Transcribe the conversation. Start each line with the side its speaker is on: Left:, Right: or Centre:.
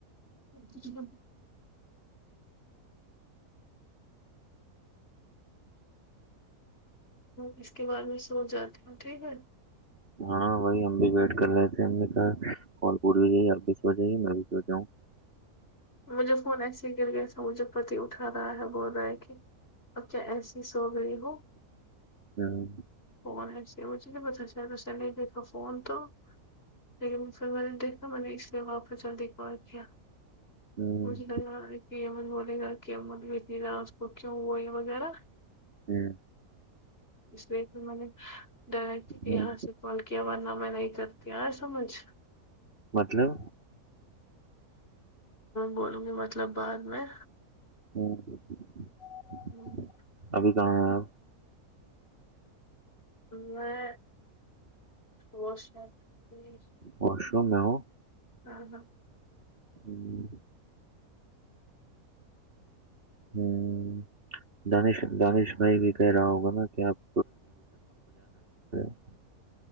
Left: اچھا اس کے بعد میں سو جاتی ہوں ٹھیک ہے
Right: ہاں وہی ہم بھی ویٹ کر رہے تھے ہم نے کہا کال کٹ جائے آپ بھی سو جائیے میں بھی سو جاؤں
Left: مجھے فون ایسے ہی گر گیا تھا مجھے پتی اٹھا رہا ہے بول رہا ہے کہ اب کیا ایسی سو گئی ہو
Right: <unintelligible>
Left: فون ہے اس لیے مجھے نہیں بتا تھا <unintelligible> فون تو لیکن سر میں نے دیکھا میں نے اس لیے وہاں پے جاکے کال کیا
Right: ہوں
Left: مجھے لگ رہا ہے کی امن بولے گا کہ امن اتنی رات کو کیوں وہی وغیرہ
Right: ہمم
Left: اس لیے پھر میں نے ڈائریکٹ یہاں
Right: ہوں
Left: سے کال کیا ورنہ میں نہیں کرتی آیا سمجھ
Right: مطلب
Left: بولوں گی مطلب بعد میں
Right: <unintelligible>
Left: آمم ہمم
Right: ابھی کہاں ہے آپ
Left: میں واش <unintelligible>
Right: واش روم میں ہو
Left: ہاں ہاں
Right: ہوں ہمم دانش دانش بھائی بھی کہہ رہا ہوگا نا کہ آپ <unintelligible>